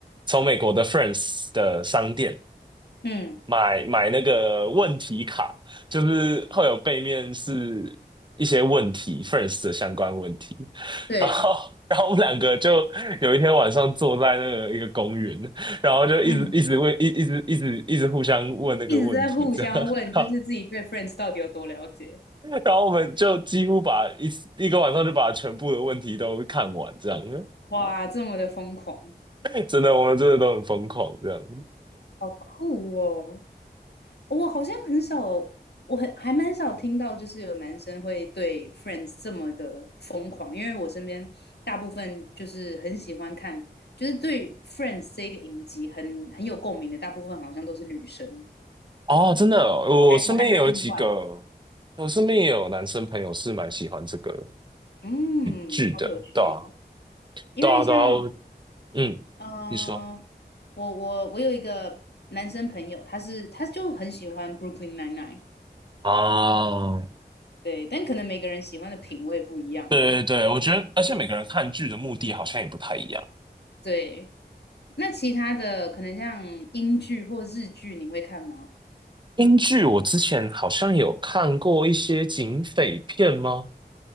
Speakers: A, on the right; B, on the left.
A: 从美国的 Friends 的商店。
B: 嗯
A: 买买那个问题卡，就是会有背面是一些问题 f i r s t 的相关问题。
B: 对，
A: 然后，然后我们两个就有一天晚上坐在那个一个公园，然后就一直一直问，
B: 嗯，
A: 一一直一直一直互相问那个问题，
B: 一直在互相问，
A: 这样。<laughs>
B: 就是自己对 Friends 到底有多了解。
A: 然后我们就几乎把一一个晚上就把全部的问题都看完，这样。
B: 哇，这么的疯狂，
A: <laughs> 真的，我们真的都很疯狂，这样。
B: 好酷哦！我好像很少，我很还蛮少听到，就是有男生会对 Friends 这么的疯狂，因为我身边大部分就是很喜欢看，就是对 Friends 这个影集很很有共鸣的，大部分好像都是女生，
A: 哦，真的哦我身边也有几个，
B: 我还我还蛮意外的，
A: 我身边也有男生朋友是蛮喜欢这个
B: 嗯，
A: 剧的，
B: 好有趣哦
A: 对啊，
B: 因为像
A: 对啊，对啊，嗯，
B: 嗯、
A: 你说，
B: 呃我我我有一个男生朋友，他是他就很喜欢 Brooklyn Nine Nine，
A: 哦，
B: 对，但可能每个人喜欢的品味不一样嘛。
A: 对对对，我觉得，而且每个人看剧的目的好像也不太一样。
B: 对，那其他的可能像英剧或日剧，你会看吗？
A: 英剧我之前好像有看过一些警匪片吗？